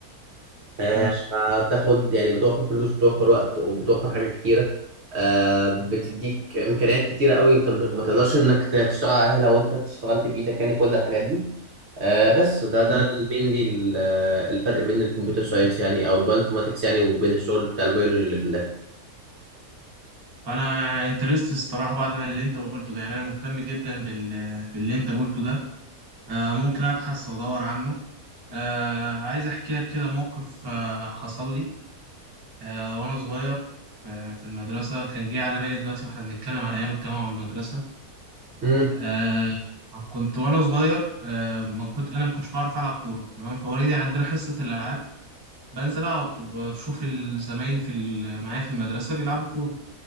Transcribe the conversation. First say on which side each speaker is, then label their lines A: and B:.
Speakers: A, on the right; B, on the right.
A: آه،
B: كويس
A: فبتاخد يعني بتوفر فلوس بتوفر وقت وبتوفر حاجات كتيرة آه، بتديك إمكانيات كتيرة قوي أنت مش- ما تقدرش إنك ت- تشتغل عليها لو أنت اشتغلت بإيدك يعني كل الحاجات دي آه، بس ده ده
B: مم.
A: المينلي الفرق بين الكمبيوتر ساينس يعني أو البايوانفورماتكس يعني وبين الشغل بتاع البيولوجي اللي في اللاب
B: انا انترست الصراحه بعد ما اللي انت قلته ده يعني انا مهتم جدا بال... باللي انت قلته ده آه ممكن ابحث وادور عنه آه عايز احكي لك كده موقف آه حصل لي آه، وأنا صغير في في المدرسة كان جه على بالي دلوقتي وإحنا بنتكلم على أيام الجامعة والمدرسة
A: مم،
B: آه، كنت وأنا صغير آه، ما كنت أنا ما كنتش بعرف ألعب كورة تمام فوالدي عندنا حصة الألعاب بنزل أقعد وبشوف زمايلي في ال- معايا في المدرسة بيلعبوا كورة